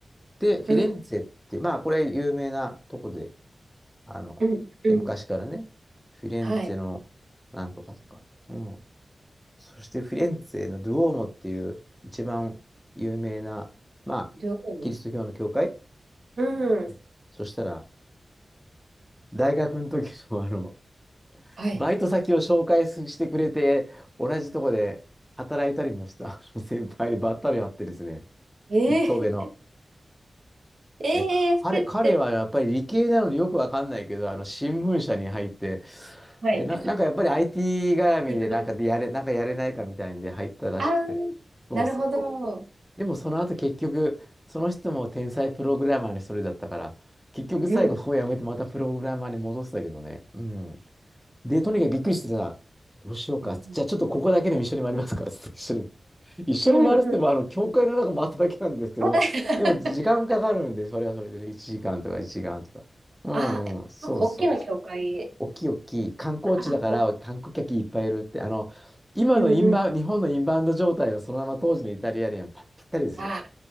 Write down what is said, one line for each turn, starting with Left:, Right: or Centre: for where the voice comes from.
Centre: て、フィレンツェって、
Right: う
Centre: まあこれ有名なとこで、あの、
Right: ん、うん。
Centre: え昔からね、フィレンツェのなんとかとか。
Right: はい。
Centre: うん。そしてフィレンツェのドゥオーモっていう一番有名な、まあ、
Right: どう
Centre: キリスト教の教会。
Right: うん。
Centre: うんそしたら、大学の時のあの、
Right: はい。
Centre: バイト先を紹介すしてくれて、同じとこで働いたりもした <laughs> 先輩にばったり会ってですね、
Right: え
Centre: 一個上の。
Right: ー、えー、
Centre: で、
Right: それって。
Centre: 彼、彼はやっぱり理系なのによくわかんないけど、あの、新聞社に入って、
Right: はい。
Centre: で、な、なんかやっぱり IT 絡みでなんかでやれ、
Right: <laughs>
Centre: なんかやれないかみたいんで入ったらしくて。
Right: ああ、
Centre: そうそう。
Right: なるほど。
Centre: でもその後結局、その人も天才プログラマーの一人だったから、結局最後こうやめてまたプログラマーに戻したけどね。
Right: うん、
Centre: うん。で、とにかくびっくりしてさ、どうしようか。
Right: うん、
Centre: じゃあちょっとここだけでも一緒に回りますか。
Right: うん、
Centre: つって一緒に。一緒に回るって言っても、
Right: <laughs> うん。
Centre: あの、教会の中回っただけなんですけど、
Right: まだ <laughs>
Centre: でも時間かかるんで、それはそれでね、1時間とか1時間とか。うん、
Right: あ、
Centre: うん、そうそう。
Right: なんか大きな教会。
Centre: 大きい大きい観光地だから観光客いっぱいいるって、
Right: あ、お
Centre: あの、今のインバウン、
Right: うん、うん。
Centre: 日本のインバウンド状態をそのまま当時のイタリアにはぴったりですね。
Right: あ